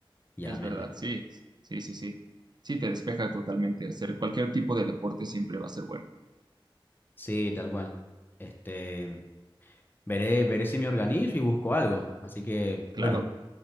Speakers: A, on the left; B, on the right.
A: y
B: Es
A: a la mente.
B: verdad, sí, sí, sí, sí. Sí, te despeja totalmente. Hacer cualquier tipo de deporte siempre va a ser bueno.
A: Sí, tal cual. Este, veré, veré si me organizo y busco algo. Así que,
B: Claro.
A: bueno,